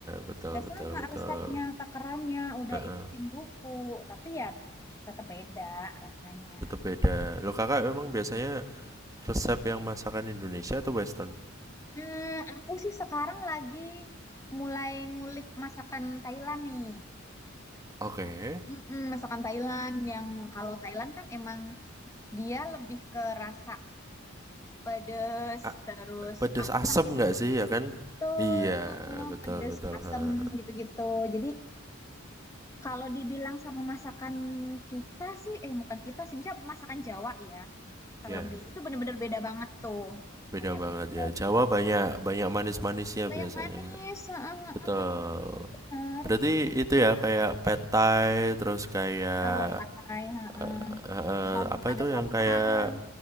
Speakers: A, on the right; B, on the left.
A: betul,
B: udah
A: betul,
B: sama
A: betul.
B: resepnya, takarannya, udah
A: Heeh.
B: ikutin buku, tapi ya tetap beda rasanya.
A: Tetap beda. lo Kakak memang biasanya resep yang masakan Indonesia atau western?
B: Hmm, aku sih sekarang lagi mulai ngulik masakan Thailand nih.
A: Oke.
B: Mm-mm, masakan Thailand yang kalau Thailand kan emang dia lebih ke rasa pedes,
A: A-
B: terus
A: pedes
B: asem,
A: asem nggak sih ya kan?
B: betul,
A: Iya,
B: mm-mm,
A: betul,
B: pedes,
A: betul.
B: asem
A: Heeh.
B: gitu-gitu. Jadi kalau dibilang sama masakan kita sih, eh bukan kita sih, misalnya masakan Jawa ya. terlebih
A: Ya,
B: itu bener-bener beda banget tuh
A: beda
B: kayak
A: banget
B: dari
A: ya. Jawa banyak banyak manis-manisnya
B: banyak
A: biasanya.
B: manis heeh,
A: Betul.
B: heeh, heeh.
A: Berarti itu ya kayak pad thai, terus kayak
B: betul pakai heeh.
A: eh, eh, eh,
B: som
A: apa
B: ada
A: itu
B: somtang
A: yang kayak